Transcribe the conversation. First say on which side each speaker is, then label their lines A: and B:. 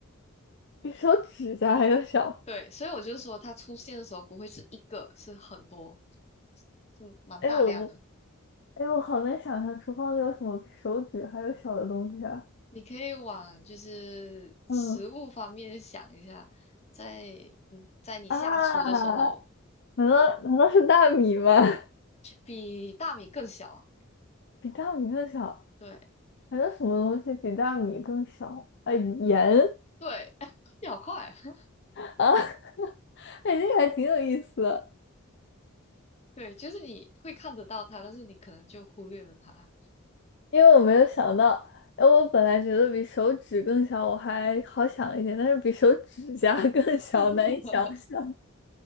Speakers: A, on the left (about 60°); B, on the left (about 35°).
A: 比手指甲还要小
B: 对，所以我就说它出现的时候不会是一个，是很多，是蛮大量的。
A: <laughs>。哎，我不，哎，我好难想象厨房里有什么比手指还有小的东西啊。
B: 你可以往就是食物方面想一下，
A: 嗯
B: 在嗯，在你下厨的时候，
A: 啊，难道难道是大米吗？<laughs>
B: 比大米更小啊，
A: 比大米更小，
B: 对
A: 还有什么东西比大米更小？啊，盐
B: 对，<laughs> 秒快，<laughs>
A: <laughs> 啊，哎，这个还挺有意思的。
B: 对，就是你会看得到它，但是你可能就忽略了它，
A: 因为我没有想到，哎，我本来觉得比手指更小，我还好想一点，但是比手指甲 <laughs> 更小，
B: <laughs>
A: 难以想象